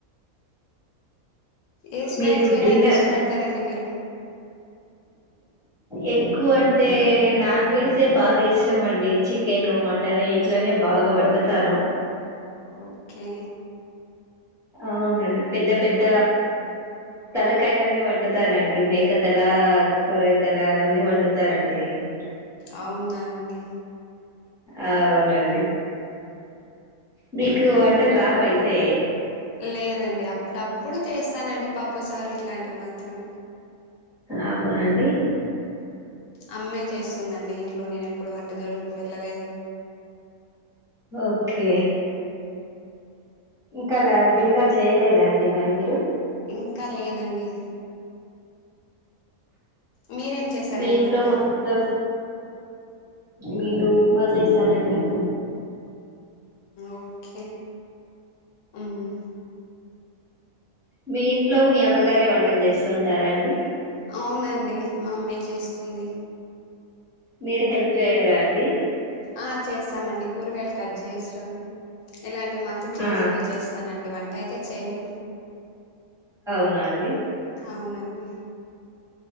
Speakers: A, on the left; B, in the centre.
A: ఏ స్టైల్
B: మీరు
A: చేయడానికి
B: డిన్నర్
A: ఇష్టపడతారండి మీరు
B: ఎక్కువ అంటే నాన్ వెజే బాగా ఇష్టం అండి చికెన్ మటన్ ఇట్లనే బాగా వండతాను
A: ఓకే
B: అవునండి పెద్ద పెద్ద తలకాయలన్నీ వండుతానండి మేకతల గొర్రె తల అవన్నీ వండుతానండి నేను
A: అవునా అండి
B: ఆ అవునండి మీకు వంటలు రావు అయితే
A: లేదండి అప్పుడప్పుడు చేస్తానండి పప్పుచారు ఇట్లాంటివి మాత్రం
B: అవునా అండి
A: అమ్మే చేస్తుందండి ఇంట్లో నేను ఎప్పుడు వంటజోకి వెళ్ళలేదు
B: ఓకే ఇంకాలా డిన్నర్ చేయలేదా అండి మరి మీరు
A: ఇంకా లేదండి మీరేం చేశారండి
B: మీ ఇంట్లో
A: వంట
B: మొత్తం నేను ఉప్మా చేసానండి
A: ఓకే ము
B: మీ ఇంట్లో మీ అమ్మగారే వంటలు చేస్తుంటారా అండి
A: అవునండి మా అమ్మాయి చేస్తుంది
B: మీరు హెల్ప్ చేయరా అండి
A: ఆ చేస్తామండి కూరగాయలు కట్ చేస్తాం ఇలాంటివి మాత్తం చిన్న
B: ఆ
A: చిన్నవి చేస్తానండి వంట అయితే చేయను
B: ఉన్నా అండి
A: అవునండి